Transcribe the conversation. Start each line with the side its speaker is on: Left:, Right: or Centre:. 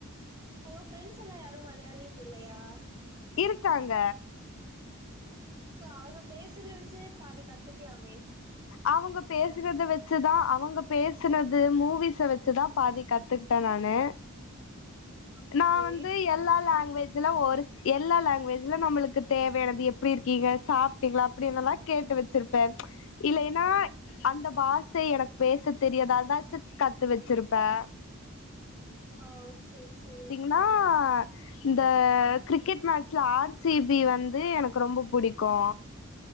Right: உங்க ஃப்ரெண்ட்ஸ் எல்லா யாரும் மலயாளிஸ் இல்லயா
Left: இருக்காங்க
Right: சோ அவுங்க பேசுற வச்சு பாதி கத்துக்கலாமே
Left: அவுங்க பேசுறத வச்சுதா அவுங்க பேசுனது மூவிஸ வச்சுதா பாதி கத் துக்ட்டே நானு
Right: ஓகே
Left: நா வந்து எல்லா லாங்குவேஜ் ல்ல ஒரு சி எல்லா லாங்குவேஜ்லும் நம்மளுக்கு தேவையானது எப்டி இருக்கீங்க சாப்ட்டீங்களா அப்டின்னுல்லா கேட்டு வச்சிருப்பே இல்லைன்னா அந்த பாசை எனக்கு பேச தெரியது அதாச்சு கத்து வச்சிருப்பே
Right: ஓ சேரி சேரி
Left: நா இந்த கிரிக்கெட் மேட்ச்ல ஆர் சி பி வந்து எனக்கு ரொம்ப புடிக்கு